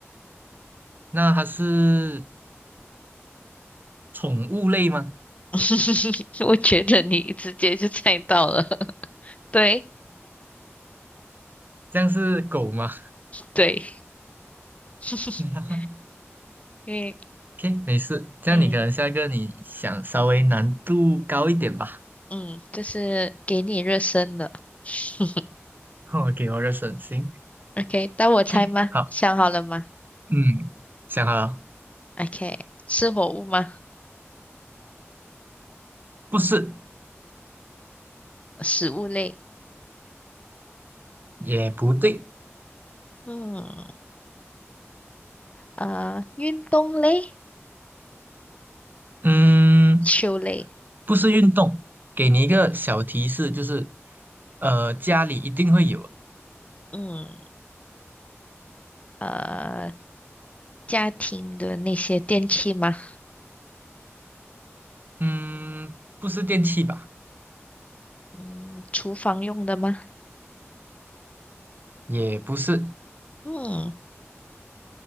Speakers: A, on the right (about 40°); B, on the left (about 30°).
A: 那它是宠物类吗？
B: <laughs> 我觉得你直接就猜到了，<laughs> 对
A: 这样是狗吗
B: 对，<laughs>
A: <laughs>
B: 因为
A: ？OK，没事，这样你可能下一个你想稍微难度高一点吧。
B: 嗯嗯，就是给你热身的。<laughs>
A: <laughs> o 给我个省心
B: OK，当我猜吗？
A: o k 好，
B: 想好了吗
A: 嗯，想好了，
B: ？OK，是活物吗？
A: 不是，
B: 食物类。
A: 也不对，
B: 嗯呃，运动类、
A: 嗯，
B: 球类，
A: 不是运动，给你一个小提示，就是呃，家里一定会有。
B: 嗯呃，家庭的那些电器吗？
A: 嗯，不是电器吧？
B: 嗯，厨房用的吗？
A: 也不是。
B: 嗯